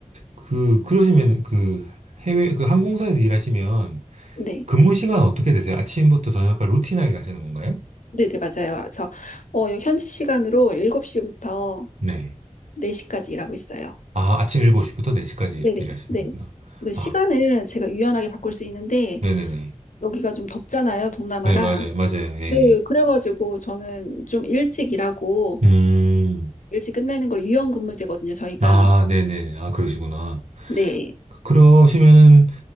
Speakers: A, on the right; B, on the left.
A: 그, 그러시면 그 해외, 그 항공사에서 일하시면
B: 네.
A: 근무 시간 어떻게 되세요? 아침부터 저녁까지 루틴하게 하시는 건가요?
B: 네네, 맞아요. 저, 어, 현지 시간으로 7시부터
A: 네.
B: 4시까지 일하고 있어요.
A: 아, 아침 7시부터 4시까지 이렇게
B: 네네.
A: 일하시는
B: 네.
A: 거구나.
B: 그
A: 아,
B: 시간은 제가 유연하게 바꿀 수 있는데,
A: 네네네.
B: 여기가 좀 덥잖아요, 동남아라.
A: 네, 맞아요. 맞아요. 예. 예.
B: 네, 그래가지고 저는 좀 일찍 일하고,
A: 음.
B: 일찍 끝내는 걸 유연 근무제거든요, 저희가.
A: 아, 네네. 아, 그러시구나.
B: 네.
A: 그러시면은,